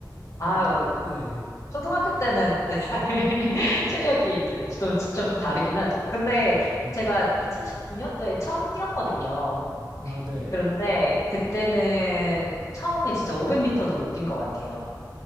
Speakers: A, on the left; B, on the right.
A: 아유,
B: 약간 네.
A: 초등학교 때는 네. <laughs> 체력이 이제 좀, 좀 다르긴 하죠. 근데
B: 네.
A: 제가 2019년도에 처음 뛰었거든요.
B: 아, 네.
A: 그런데 그때는 처음에 진짜 500m도 못 뛴 것 같아요.